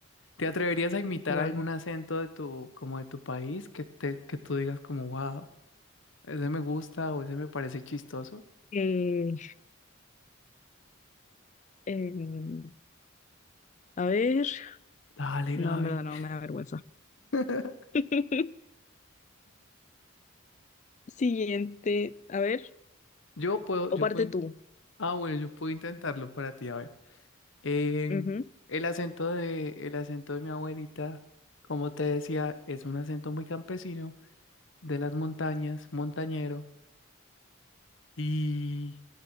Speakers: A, on the left; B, on the left.
A: ¿Te atreverías a imitar
B: Claro.
A: algún acento de tu, como de tu país que te, que tú digas como wow, ese me gusta o ese me parece chistoso?
B: Eh, em, a ver,
A: Dale,
B: no,
A: Gaby.
B: en verdad no, me da vergüenza.
A: <laughs>
B: <laughs> Siguiente, a ver,
A: Yo puedo,
B: o
A: yo
B: parte
A: puedo, in-
B: tú.
A: ah, bueno, yo puedo intentarlo para ti, a ver. Em,
B: Ujú,
A: el acento de, el acento de mi abuelita, como te decía, es un acento muy campesino, de las montañas, montañero. Y